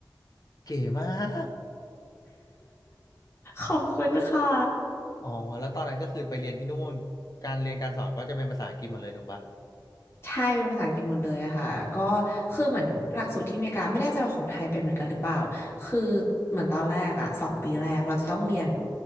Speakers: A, on the left (about 50°); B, on the left (about 35°).
A: เก๋มาก
B: <laughs> ขอบคุณค่ะ
A: อ๋อแล้วตอนนั้นก็คือไปเรียนที่นู่นการเรียนการสอนก็จะเป็นภาษาอังกฤษหมดเลยถูกปะ
B: ใช่เป็นภาษาอังกฤษหมดเลยอะค่ะก็คือเหมือนหลักสูตรที่อเมริกาไม่แน่ใจว่าของไทยเป็นเหมือนกันหรือเปล่าคือเหมือนตอนแรกอะสองปีแรกเราจะต้องเรียน